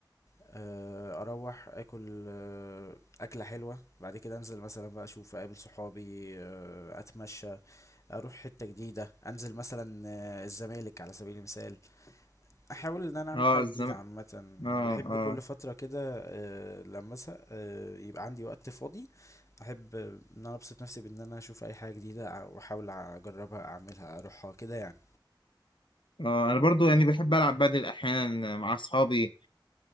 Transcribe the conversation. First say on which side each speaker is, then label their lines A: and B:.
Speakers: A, on the left; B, on the left.
A: آه، اروح اكل آه، اكله حلوه بعد كده انزل مثلا بقى اشوف اقابل صحابي آه، اتمشى اروح حته جديده انزل مثلا آه، الزمالك على سبيل المثال احاول ان انا اعمل
B: اه
A: حاجه
B: الزم...
A: جديده عامه
B: اه
A: بحب
B: اه
A: كل فتره كده آه، لما ازهق آه، يبقى عندي وقت فاضي احب ان انا ابسط نفسي بان انا اشوف اي حاجه جديده واحاول اجربها اعملها اروحها كده يعني
B: اه أنا برضو يعني بحب ألعب بدل أحيانا مع أصحابي